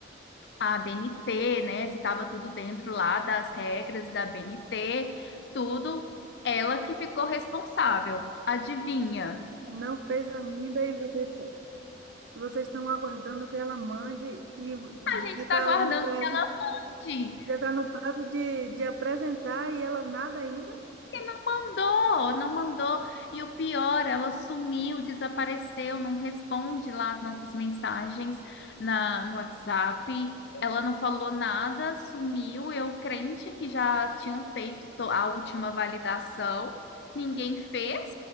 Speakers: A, on the left; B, on the right.
A: a BNT, né? Se estava tudo dentro lá das regras da BNT, tudo, ela que ficou responsável. Adivinha?
B: não fez ainda e você, e vocês estão aguardando que ela mande e já
A: A gente está
B: está
A: guardando
B: no prazo,
A: o Didi.
B: já tá no prazo de, de apresentar e ela nada ainda?
A: E não mandou, não mandou. E o pior, ela sumiu, desapareceu, não responde lá as nossas mensagens na, no WhatsApp. Ela não falou nada, sumiu. Eu crente que já tinham feito to- a última validação, ninguém fez,